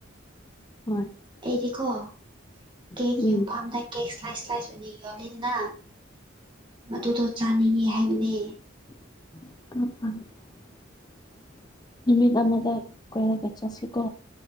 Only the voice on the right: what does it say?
ꯑꯩꯗꯤꯀꯣ ꯀꯦꯛ
ꯌꯣꯟꯐꯝꯗ ꯀꯦꯛ ꯏꯁ꯭ꯂꯥꯏꯁ ꯁ꯭ꯂꯥꯏꯁ ꯑꯣꯏꯅ ꯌꯣꯜꯂꯤꯗꯅ ꯃꯗꯨꯗꯣ ꯆꯥꯅꯤꯡꯏꯤ ꯍꯥꯏꯕꯅꯦ